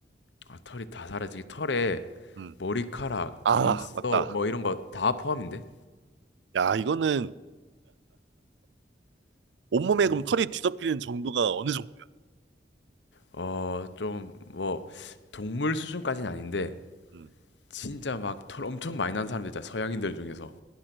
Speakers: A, on the left; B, on the right.
A: 아, 털이 다 사라지기. 털에
B: 음.
A: 머리카락,
B: 아,
A: 눈썹,
B: 맞다.
A: 뭐 이런 거 다 포함인데?
B: 야, 이거는 온몸에
A: 음.
B: 그럼 털이 뒤덮이는 정도가 어느 정도야?
A: 어, 좀, 뭐, 동물 수준까지는 아닌데,
B: 음.
A: 진짜 막 털 엄청 많이 난 사람들 있잖아. 서양인들 중에서.